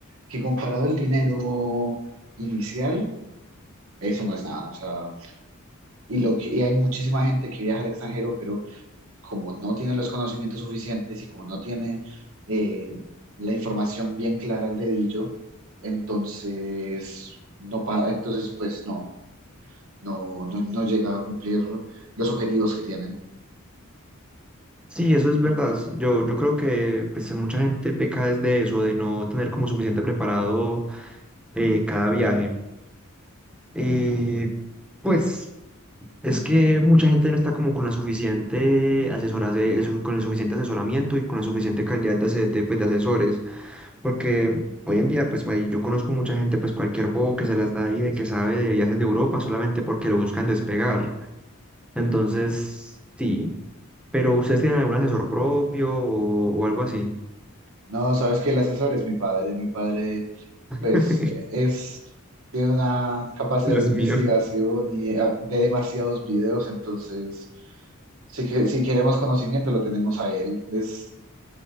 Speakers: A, on the right (about 70°); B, in the centre.
A: Que comparado al dinero inicial, eso no es nada. O sea, y, lo que, y hay muchísima gente que viaja al extranjero, pero como no tiene los conocimientos suficientes y como no tiene eh, la información bien clara al dedillo, entonces, no pa- entonces pues no, no, no, no llega a cumplir los objetivos que tiene.
B: Sí, eso es verdad. s- Yo, yo creo que pues mucha gente peca desde eso, de no tener como suficiente preparado eh, cada viaje. Eh, pues. Es que mucha gente no está como con la suficiente asesorase- eso- con el suficiente asesoramiento y con la suficiente calidad de, ase- de, pues, de asesores, porque hoy en día, pues may- yo conozco mucha gente, pues cualquier bobo que se las da y de que sabe de viajes de Europa solamente porque lo buscan despegar. Entonces, sí, pero ¿ustedes tienen algún asesor propio o, o algo así?
A: No, sabes que el asesor es mi padre, mi padre
B: <laughs>
A: pues es, tiene una capacidad
B: Dios
A: de investigación
B: mío.
A: y eh, ve demasiados videos, entonces si, que- si queremos conocimiento lo tenemos a él, es